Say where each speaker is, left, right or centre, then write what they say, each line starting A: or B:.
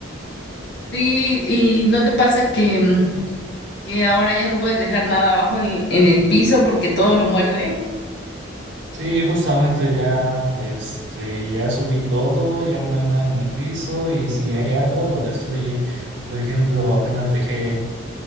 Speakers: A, on the left (about 55°); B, on the right (about 60°).
A: Sí, y ¿no te pasa que, em, que ahora ya no puedes dejar nada abajo en, en el piso porque todo lo muerde?
B: Sí, justamente ya este ya subí todo, ya no hay nada en el piso y si hay algo lo destruye. Por ejemplo, apenas dejé